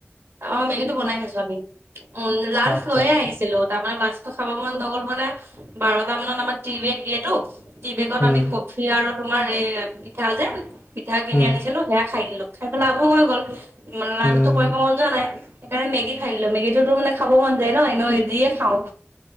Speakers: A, on the right (about 60°); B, on the left (about 60°).
A: অ', মেগীটো বনাই আনিছো আমি উম লাষ্ট
B: আচ্ছা
A: লৈয়ে
B: আচ্ছা।
A: আহিছিলো ডাঙৰ মাছ খাব মন ন গ'ল মানে বাৰটা মানত আমাৰ টি বেগ দিয়ে টো টি বেগত
B: উম,
A: আমি ক সেয়া আৰু তোমাৰ এই পিঠা যে পিঠা কিনি
B: উম,
A: আনিছিলো সেয়া খাই দিলো খাই পেলাই আকৌ হৈ গ'ল। ইমান লান্সটো
B: উম।
A: কৰিব মন যোৱা নাই। সেইকাৰণে মেগি খাই দিলো মেগীটোতো মানে খাব মন যায় ন এনেও জিয়ে খাওঁ।